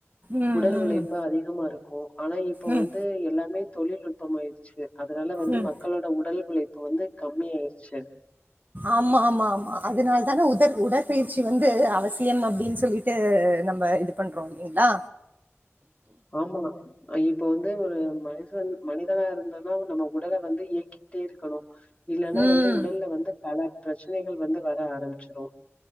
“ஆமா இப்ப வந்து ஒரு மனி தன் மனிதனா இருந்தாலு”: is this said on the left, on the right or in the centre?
Left